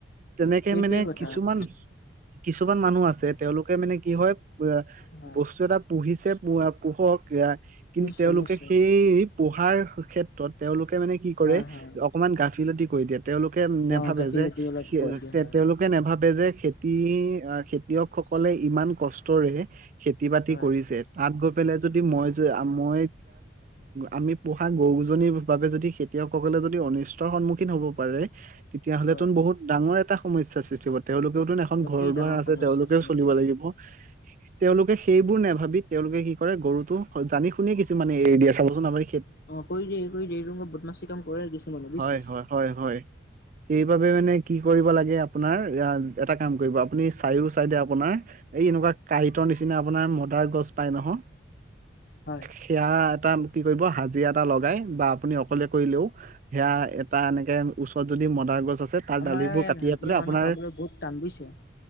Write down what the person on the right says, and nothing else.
তেনেকে
মানে
কিছুমান
কিছুমান মানুহ আছে তেওঁলোকে মানে কি হয়
বস্তু এটা পুহিছে মৰা পোহক কে কিন্তু
তেওঁলোকে
সেই পোহা <unintelligible> ৰ ক্ষেত্ৰত তেওঁলোক কে মানে কি কৰে,
অকণমান গাফিলতি কৈ দিয়াত। তেওঁলোকে
নেভাৱে
যে,
তেওঁলোকে নেভাৱে যে খেতি খেতিয়ক সকলে ইমান কষ্টৰে, খেতি-বাতি
কৰিছে। তাত গৈ পেলাই যদি মই-মই, আমি পোহা গৰুজনিৰ বাবে যদি খেতিয়কসকলে যদি অনিষ্টৰ সন্মুখীন হ'ব পাৰে তেতিয়া হ'লেটো
বহুত ডাঙৰ এটা সমস্যা সৃষ্টি হ'ব। তেওঁলোকৰোটো এখন
ঘৰ
দুৱাৰ আছে,
তেওঁলোকো
চলিব লাগিব। তেওঁলোকে সেইবোৰ নেভাৱি তেওঁলোকে কি কৰে, গৰুটো জানি শুনিয়ে কিছুমানে এৰি দিয়ে। চাবচোন আপুনি।
হয় হয় হয় হয় সেইবাবে মানে কি কৰিব লাগে আপোনাৰ, এটা কাম কৰিবআপুনি চাৰিও চাইদে আপোনাৰ এই এনেকুৱা কাঁইটৰ নিচিনা আপোনাৰ মদাৰ গছ পাই নহয়।
সেয়া এটা কি কৰিব, হাজিৰা এটা লগাই বা আপুনি অকলে কৰিলেও, সেয়া এটা এনেকে ওচৰত যদি মদাৰ গছ আছে, তাৰ
দালিবোৰ
কাটি
পেলায়
আপোনাৰ।